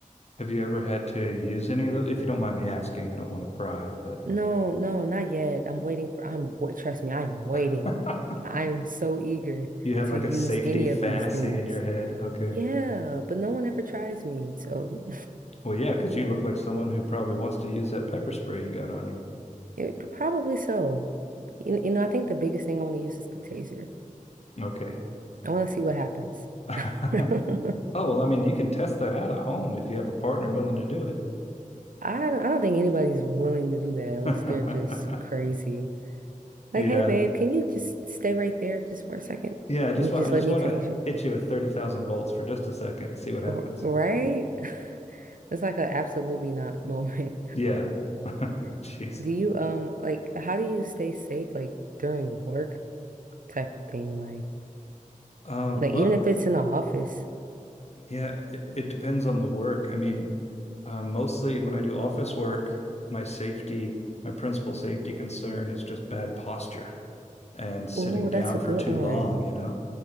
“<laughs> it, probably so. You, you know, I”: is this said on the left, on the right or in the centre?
Right